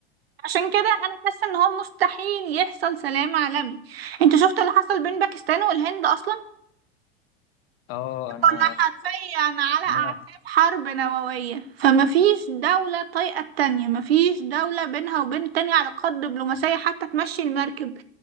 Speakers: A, on the right; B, on the left.
A: عشان كده انا حاسة ان هو مستحيل يحصل سلام عالمي انت شفت اللي حصل بين باكستان والهند اصلا
B: اه انا
A: كنا حرفيا على اعتاب
B: سمعت
A: حرب نووية فما فيش دولة طايقة التانية ما فيش دولة بينها وبين التانية على قد دبلوماسية حتى تمشي المركب